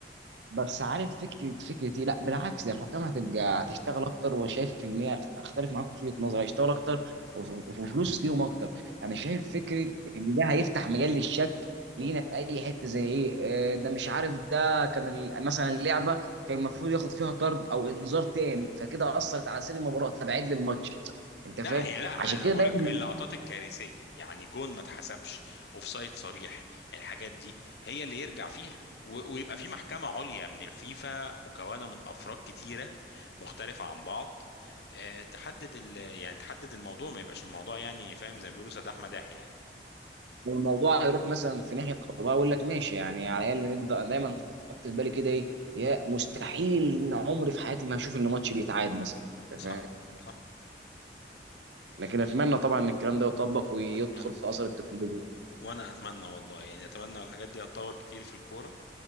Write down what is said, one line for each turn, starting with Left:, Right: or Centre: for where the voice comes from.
Right: بس عارف فكره فكرتي لا بالعكس ده الحكام هتبقى هتشتغل اكتر وشايف ان هي اختلف معاك في وجهه نظري هيشتغل اكتر وف- وفلوس ليهم اكتر انا شايف فكره ان ده هيفتح مجال للشك لينا في اي حته زي ايه آه، ده مش عارف ده كان ال- مثلا اللعبه كان المفروض ياخد فيها طرد او انذار تاني فكده اثرت على سير المباراه تبعد لي الماتش انت
Left: لا
Right: فاهم
Left: هي لا انا
Right: عشان كده
Left: بقول
Right: دايما
Left: لك اللقطات الكارثيه يعني جون ما اتحسبش اوفسايد صريح الحاجات دي هي اللي يرجع فيها و- ويبقى في محكمه عليا من الفيفا مكونه من افراد كتيره مختلفه عن بعض آه، تحدد ال... يعني تحدد الموضوع ما يبقاش الموضوع يعني فاهم زي ما بيقولوا سداح مداح يعني
Right: والموضوع هيروح مثلا في ناحيه قضاء يقول لك ماشي يعني على الاقل نقدر دايما كنت احط في بالي كده ايه يا مستحيل ان عمري في حياتي ما هشوف ان ماتش بيتعاد مثلا أنت
Left: صح
Right: فاهم
Left: صح
Right: لكن اتمنى طبعا ان الكلام ده يطبق ويدخل
Left: اتمنى
Right: في اثر التكنولوجيا
Left: وانا اتمنى والله يعني اتمنى الحاجات دي هتطور كتير في الكوره